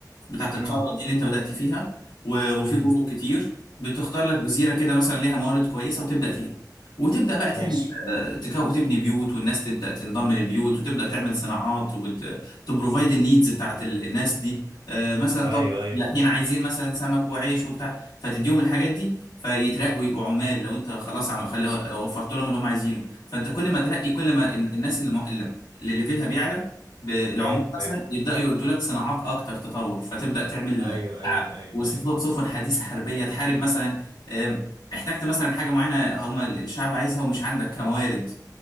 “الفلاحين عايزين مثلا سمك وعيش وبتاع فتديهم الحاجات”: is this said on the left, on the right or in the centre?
Left